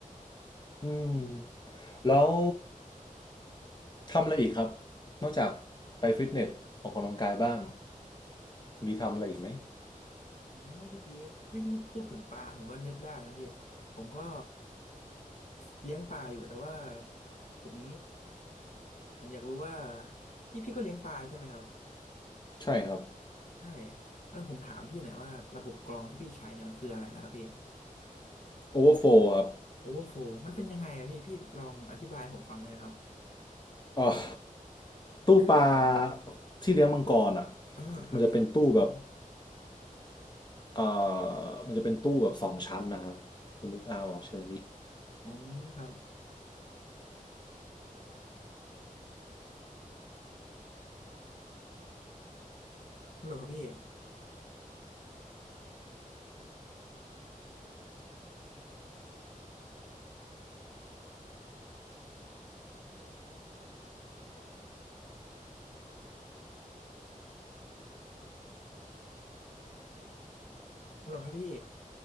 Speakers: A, on the left; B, on the left.
A: อืมแล้วทำอะไรอีกครับ นอกจากไปฟิตเนสออกกำลังกายบ้าง มีทำอะไรอีกไหม
B: โอ้เมื่อกี้พพูดถึงปลาผมก็นึกได้นะพี่ผมก็เลี้ยงปลาอยู่แต่ว่าผมผมอยากรู้ว่าพี่พี่ก็เลี้ยงปลาใช่ไหมครับ
A: ใช่ครับ
B: ใช่เออผมถามพี่หน่อยว่าระบบกรองที่พี่ใช้เนี่ยมันคืออะไรนะครับพี่
A: โอเวอร์โฟลครับ
B: โอเวอร์โฟมันเป็นยังไงอะพี่พี่ลองอธิบายให้ผมฟังหน่อยนะครับ
A: ออตู้ปลา
B: คือ
A: ที่เลี้ยงมังกรอ่ะ
B: อ๋อครับพี่
A: มันจะเป็นตู้แบบเอ่อมันจะเป็นตู้แบบสองชั้นนะครับคุณนึกเอาออกใช่ไหมมิก
B: อ๋อครับฮัลโหลครับพี่ฮัลโหลครับพี่